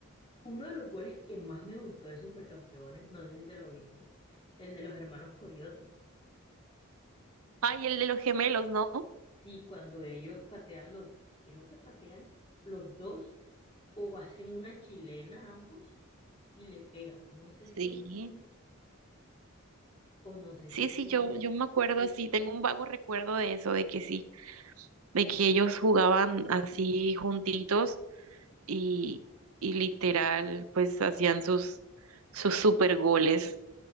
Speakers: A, on the left; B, on the right.
A: Uno de los goles que más me gustó de Supercampeones, no sé si te lo viste, el de los hermanos Corioto.
B: Ay, el de los gemelos, ¿no?
A: Sí, cuando ellos patean los, creo que patean los dos o hacen una chilena ambos y le pega No sé si
B: Sí,
A: es que hacen eso o no sé
B: sí,
A: si es
B: sí,
A: que
B: yo,
A: ellos-
B: yo me acuerdo, sí, tengo un vago recuerdo de eso, de que sí, de que ellos jugaban así juntitos y, y literal, pues hacían sus, sus super goles.